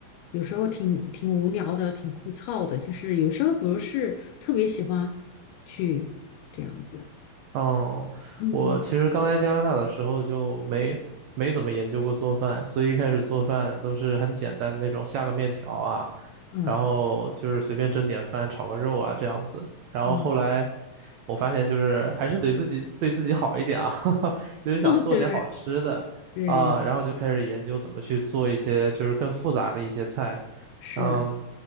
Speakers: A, on the left (about 90°); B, on the right (about 90°).
A: 有时候挺挺无聊的，挺枯燥的，就是有时候不是特别喜欢去这样子。
B: 嗯，
A: 嗯
B: 我其实刚来加拿大的时候就没没怎么研究过做饭，所以一开始做饭都是很简单的那种下个面条啊，
A: 嗯
B: 然后就是随便蒸点饭、炒个肉啊这样子。然后后来
A: 嗯，
B: 我发现就是还是得自己对自己好一点啊，<laughs>
A: <laughs>
B: 就是想做点好吃的啊，
A: 哦，对对，
B: 然后就开始研究怎么去做一些就是更复杂的一些菜。
A: 是，
B: 嗯。